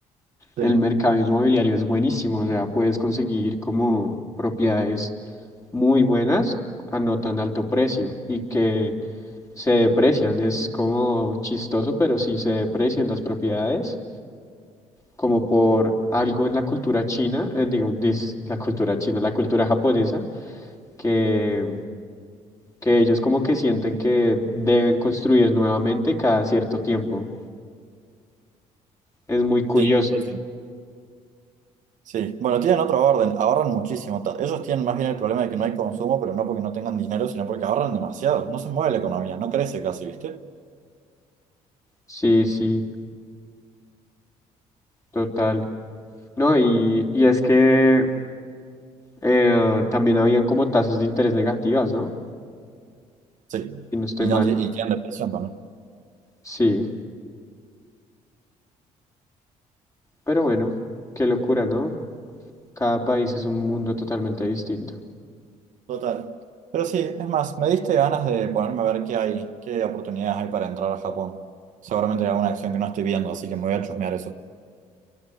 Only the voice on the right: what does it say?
Sí.
sí, sí, sí. Sí, bueno, tienen otro orden, ahorran muchísimo. Ta- Ellos tienen más bien el problema de que no hay consumo, pero no porque no tengan dinero, sino porque ahorran demasiado. No se mueve la economía, no crece casi, ¿viste?
Sí,
y,
no, ti- y tienen depresión también.
Total. Pero sí, es más, me diste ganas de ponerme a ver qué hay, qué oportunidades hay para entrar a Japón. Seguramente hay alguna acción que no estoy viendo, así que me voy a chusmear eso.